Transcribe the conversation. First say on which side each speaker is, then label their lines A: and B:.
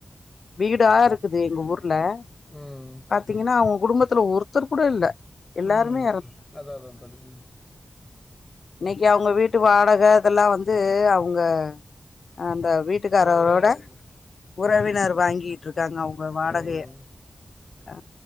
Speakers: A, on the left; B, on the left.
A: வீடா இருக்குது எங்க ஊரு பாத்தீங்கன்னா
B: ம்
A: அவுங்க குடும்பத்ல்ல ஒரு ஒருத்தர் கூட இல்ல எல்லாருமே
B: ம் அதா அதா அதா நீங்
A: இன்னிக்கு அவங்க வீட்டு வாடக அதெல்லா வந்து அவ் உங்க அந்த வீட்க்காரரோட
B: உறவினர் ம்
A: உறவினர் வாங்கி க்காங்க அவங்க வாடகைய
B: ம்
A: ஆ